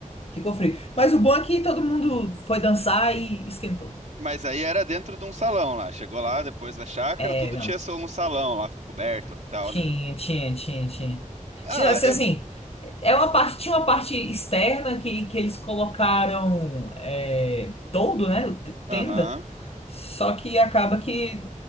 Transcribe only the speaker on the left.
ficou frio. Mas o bom é que todo mundo foi dançar e esquentou.
É,
não.
Tinha, tinha, tinha, tinha.
Tinha, assim,
assim, é uma parte, tinha uma parte externa que, que eles colocaram é, todo, né?
Tenda. Só que acaba que